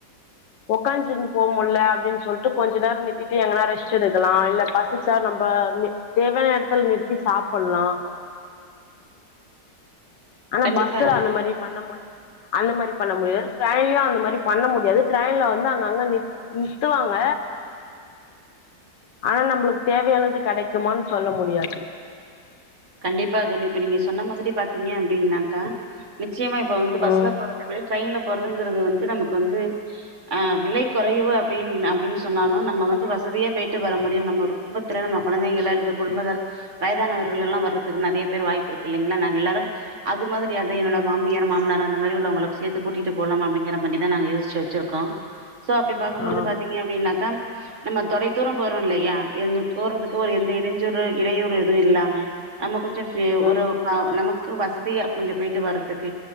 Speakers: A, on the left; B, on the right.
A: உக்காச்சின்னு போக முடில அப்டின்னு சொல்லிட்டு கொஞ்ச நேர நித்திட்டு எங்கன்னா ரெஸ்ட் எடுக்கலா இல்ல பசிச்சா நம்ப தேவையான எடத்துல நிறுத்தி சாப்பல்லா ஆனா
B: கண்டிப்பா
A: பஸ்சுல அந்த மாரி பண்ண மு அந்த மாரி பண்ண முடியாது டிரெய்ன்லயு அந்த மாரி பண்ண முடியாது ட்ரெய்ன்ல வந்து அங்க நிருத்துவாங்க ஆனா நம்பளுக்கு தேவையானது கெடைக்குமான்னு சொல்ல முடியாது
B: கண்டிப்பா தோழி இப்ப நீங்க சொன்ன மாதிரி பாத்தீங்க அப்டின்னாக்கா நிச்சயமா இப்ப வந்து பஸ்ல
A: ம்
B: போறது விட ட்ரெயின்ல போறதுங்கிறது வந்து நமக்கு வந்து ஆ விலை கெறைவு அப்டின்னு அப்டின்னு சொன்னாலு நம்ம வந்து வசதியே போயிட்டு வர முடியு நம்ம ஒரு குடும்பத் தில கொழந்தைகள அல்லது <unintelligible> வயதானவர் ல்லா வர்றதுக்கு நெறைய பேர் வாய்ப்பு இருக்கு இல்லிங்களா நாங்க எல்லாரு அது மாதிரி அத்தா என்னோட
A: ம்
B: மாமியார் மாமனார் அந்த மாரி உள்ளவங்கள சேத்து கூட்டிட்டு போலா அப்டிங்கிற மாரிதா நாங்க யோசிச்சி வெச்சிருக்கோ சோ அப்டி பாக்கு போது
A: ஆம்
B: பாத்தீங்க அப்டின்னாக்கா நம்ம தொலை தூர போறோ இல்லயா போறதுக்கு ஒரு எந்த இடைஞ்சொரு இடையூறு எது இல்லாம நம்ம கொஞ்சோ
A: ம்
B: ஒரு
A: ம்
B: ஆ நமக்கு வசதியா கொஞ்சோ போயிட்டு வர்றதுக்கு